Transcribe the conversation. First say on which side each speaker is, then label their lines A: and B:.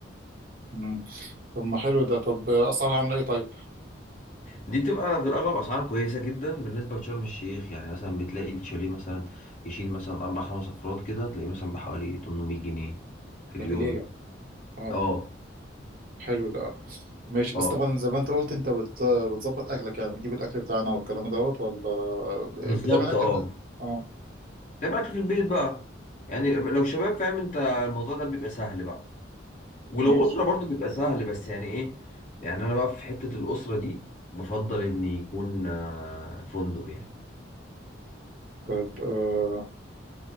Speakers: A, on the right; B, on the left.
A: مم. طب ما حلو ده طب آه، اسعارها عامله ايه طيب
B: دي بتبقى في الاغلب اسعارها كويسه جدا بالنسبه لشرم الشيخ يعني مثلا بتلاقي الشاليه مثلا يشيل مثلا اربع خمس افراد كده تلاقيه مثلا بحوالي 800 جنيه في اليوم
A: ده في الليله اه
B: اه
A: حلو ده ماشي بس
B: اه
A: طبعا زي ما انت قلت انت بت- بتظبط اكلك يعني بتجيب الاكل بتاعنا والكلام دوت ولا آه،
B: بالظبط
A: بتعمل اكل
B: اه
A: في اه
B: تعمل اكل في البيت بقى يعني لو شباب فاهم انت الموضوع ده بيبقى سهل بقى ولو
A: ماشي
B: أسرة برضو بيبقى سهل بس يعني إيه يعني أنا بقى في حتة الأسرة دي بفضل إن يكون آه، فندق يعني
A: طب آه